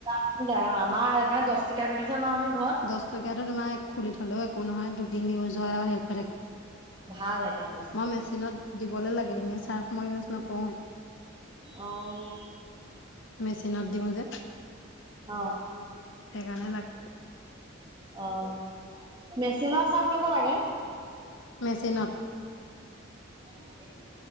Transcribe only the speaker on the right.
<unintelligible> অ' আমাৰ সেইকাৰণে দহ <unintelligible> আমি ঘৰত।
ভাল সেইকাৰণ দহ
টিকাটো।
অ'।
অ
অ' মেচিনৰ চাৰ্ফ ল'ব লাগে।
<unintelligible>